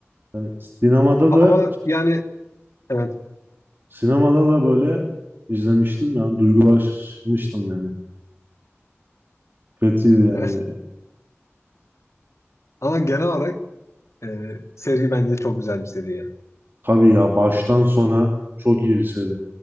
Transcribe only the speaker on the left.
Ama
yani evet.
evet. Ama genel olarak e, seri bence çok güzel bir seri ya.